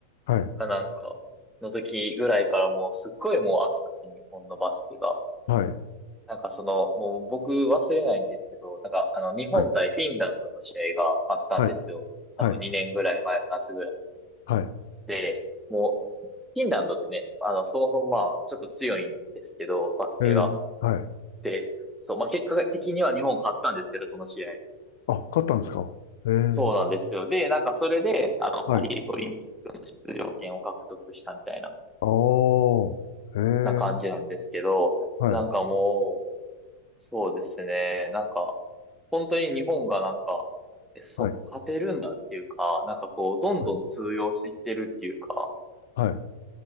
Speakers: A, on the left; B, in the centre.
A: はい、
B: かなんかの時ぐらいからもうすっごいもう熱くて日本のバスケが。
A: はい、
B: なんかその、もう僕忘れないんですけど、なんかあの、日本対フィンランドの試合があったんですよ。
A: はい、はい、はい、
B: 多分2年ぐらい前の夏ぐらい。
A: はい、
B: で、もうフィンランドってね、あの、そもそもまあ、ちょっと強いんですけど、バスケが。
A: えー、はい。
B: で、そう、まあ結果的には日本勝ったんですけど、その試合。
A: あ、勝ったんですかえー、
B: そうなんですよ。で、なんかそれで、あの、
A: はい。
B: パリオリンピックの出場権を獲得したみたいな、
A: あー、えー、
B: な感じなんですけど、
A: はい、
B: なんかもう、そうですね、なんか、本当に日本がなんか、え、そう、
A: はい、
B: 勝てるんだっていうか、なんかこう、どんどん通用してきてるっていうか、
A: はい、はい、